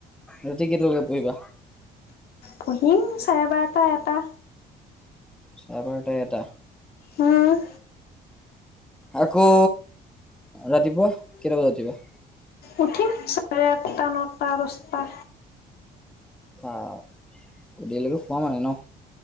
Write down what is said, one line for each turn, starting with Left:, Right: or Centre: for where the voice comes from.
Centre: ৰাতি কেটালৈকে পঢ়িবা?
Left: পঢ়িম চাৰে বাৰটা, এটা।
Centre: চাৰে বাৰটা, এটা।
Left: উম,
Centre: আকৌ ৰাতিপুৱা কেইটা বজাত উঠিবা?
Left: উঠিম চাৰে-আঠটা, নটা, দচটা।
Centre: অ', দেৰিলৈকে শুৱা মানে ন?